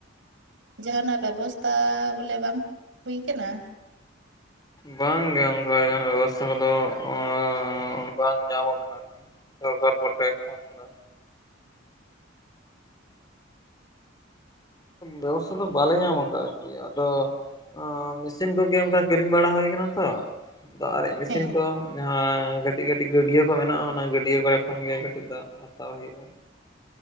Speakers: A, on the right (about 70°); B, on the left (about 20°).
A: ᱡᱟᱦᱟᱱᱟᱜ ᱵᱮᱵᱚᱥᱛᱟ ᱵᱚᱞᱮ ᱵᱟᱝ ᱦᱩᱭ ᱠᱟᱱᱟ?
B: ᱵᱟᱝ ᱜᱮ ᱚᱱᱠᱟ ᱡᱟᱦᱟᱱᱟᱜ ᱵᱮᱵᱚᱥᱛᱷᱟ ᱠᱚᱫᱚ ᱟ ᱵᱟᱝ ᱧᱟᱢ ᱠᱟᱱᱟ ᱟᱨᱠᱤ᱾ ᱥᱚᱨᱠᱟᱨ ᱠᱚᱴᱮᱜ ᱮᱠᱷᱚᱱ ᱫᱚ᱾ ᱵᱮᱵᱚᱥᱛᱷᱟ ᱫᱚ ᱵᱟᱞᱮ ᱧᱟᱢ ᱠᱟᱜᱼᱟ ᱟᱨᱠᱤ ᱟᱫᱚ ᱟ ᱢᱮᱥᱤᱱ ᱠᱚᱜᱮ ᱚᱱᱠᱟ ᱠᱤᱨᱤᱧ ᱵᱟᱲᱟ ᱦᱩᱭ ᱠᱟᱱᱟ ᱛᱚ᱾ ᱫᱟᱜ ᱟᱨᱮᱡ ᱢᱮᱥᱤᱱ
A: ᱦᱮᱸ
B: ᱠᱚ᱾ ᱡᱟᱦᱟᱸ ᱠᱟᱹᱴᱤᱡ ᱠᱟᱹᱴᱤᱡ ᱜᱟᱹᱰᱤᱭᱟᱹ ᱠᱚ ᱢᱮᱱᱟᱜᱼᱟ᱾ ᱚᱱᱟ ᱜᱟᱹᱰᱤᱭᱟᱹ ᱠᱚᱨᱮ ᱠᱷᱚᱱ ᱜᱮ ᱠᱟᱹᱴᱤᱡ ᱫᱟᱜ ᱦᱟᱛᱟᱣ ᱦᱩᱭᱩᱜᱼᱟ᱾